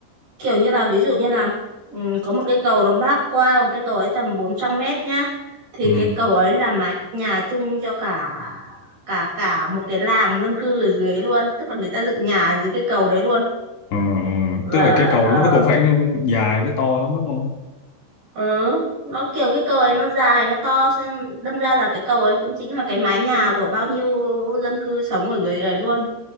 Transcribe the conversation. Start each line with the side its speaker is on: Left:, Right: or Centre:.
Right: kiểu như là ví dụ như là ừ, có một cái cầu nó bắc qua một cái cầu ấy tầm 400 mét nhá thì
Left: ừ.
Right: cái cầu ấy là mái nhà chung cho cả cả cả một cái làng dân cư ở dưới luôn tức là người ta dựng nhà ở dưới cái cầu đấy luôn
Left: Ừ, ừ.
Right: và
Left: tức là cái cầu
Right: ờ,
Left: nó nó cũng phải dài với to lắm đúng không
Right: ừ nó kiểu cái cầu ấy nó dài nó to xem đâm ra là cái cầu ấy cũng chính là cái mái nhà của bao nhiêu dân cư sống ở dưới đấy luôn